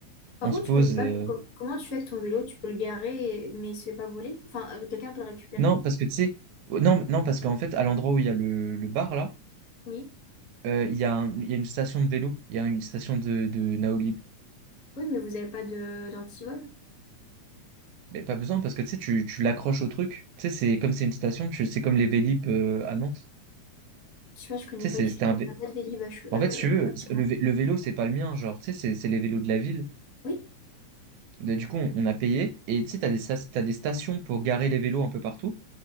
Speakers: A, on the left; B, on the right.
A: Par
B: on
A: contre,
B: se pose.
A: tu connais pas,
B: euh,
A: genre, com- comment tu fais avec ton vélo? Tu peux le garer, et- mais il se fait pas voler? Enfin, euh, quelqu'un peut le récupérer?
B: Non, parce que tu sais. oh, Non, non, parce qu'en fait, à l'endroit où il y a le, le bar, là,
A: Oui.
B: euh, il y a un- il y a une station de vélo. Il y a une station de, de Naoli
A: Oui, mais vous avez pas de d'antivol?
B: Mais pas besoin parce que tu sais, tu, tu l'accroches au truc. Tu sais, c'est comme c'est une station, tu, c'est comme les Vélib euh, à Nantes.
A: Je sais pas, je connais
B: Tu sais,
A: pas
B: c'est-
A: du
B: c'était
A: tout.
B: un
A: On
B: vé-
A: n'a pas de Vélib à che- euh,
B: En fait, si tu veux,
A: près de chez
B: le,
A: moi.
B: vé- le vélo, c'est pas le mien, genre, tu sais, c'est c'est les vélos de la ville.
A: Oui.
B: Bah, Du coup, on, on a payé et tu sais, t'as des, sas- t'as des stations pour garer les vélos un peu partout.